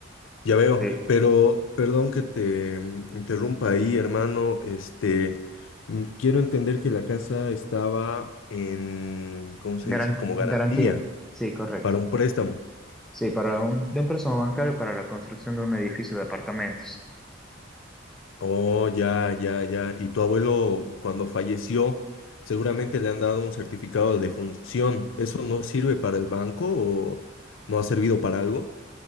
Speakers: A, on the left (about 70°); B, in the centre.
A: Ya veo,
B: Sí,
A: pero perdón que te mm, interrumpa ahí, hermano. Este, mm, quiero entender que la casa estaba en, ¿cómo se
B: Garan-
A: dice? Como
B: garantía.
A: garantía
B: Sí, correcto.
A: para un préstamo.
B: Sí, para un, de un préstamo bancario para la construcción de un edificio de apartamentos.
A: Oh, ya, ya, ya. Y tu abuelo, cuando falleció, seguramente le han dado un certificado de defunción. ¿Eso no sirve para el banco o no ha servido para algo?